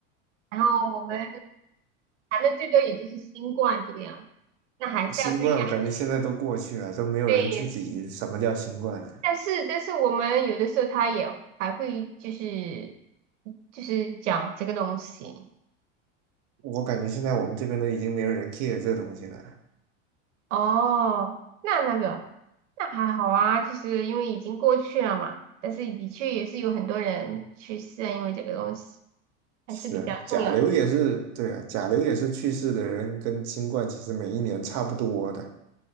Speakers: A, on the right (about 85°); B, on the right (about 55°).
A: 然后我们谈的最多也就是新冠这个样子，那还是要注意安全。
B: 新冠我感觉现在都过去了，都没有人去理什么叫新冠了。
A: 对但是，但是我们有的时候他也还会就是就是讲这个东西
B: 我感觉现在我们这边都已经没有人 care 这东西了。
A: 哦，那那个那还好啊，就是因为已经过去了嘛。但是的确也是有很多人去世啊，因为这个东西还是比较重要的
B: 是啊，甲流也是，对啊，甲流也是去世的人跟新冠其实每一年差不多的，